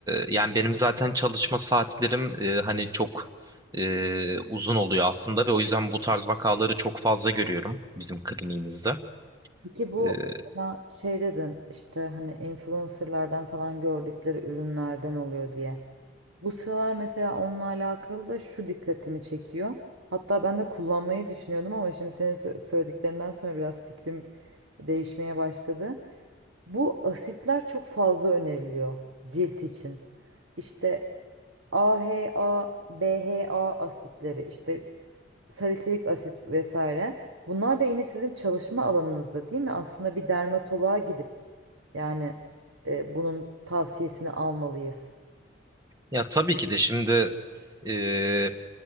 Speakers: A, on the right (about 20°); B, on the right (about 80°).
A: yani benim zaten çalışma saatlerim e, hani çok e, uzun oluyor aslında ve o yüzden bu tarz vakaları çok fazla görüyorum bizim kliniğimizde.
B: Peki bu
A: E,
B: mesela şey dedin işte hani influencerlardan falan gördükleri ürünlerden oluyor diye. Bu sıralar mesela onunla alakalı da şu dikkatimi çekiyor. Hatta ben de kullanmayı düşünüyordum ama şimdi senin sö- söylediklerinden sonra biraz fikrim değişmeye başladı. Bu asitler çok fazla öneriliyor cilt için. İşte AHA, BHA asitleri işte salisilik asit vesaire. Bunlar da yine sizin çalışma alanınızda değil mi? Aslında bir dermatoloğa gidip yani e, bunun tavsiyesini almalıyız.
A: ya tabii ki de şimdi... e,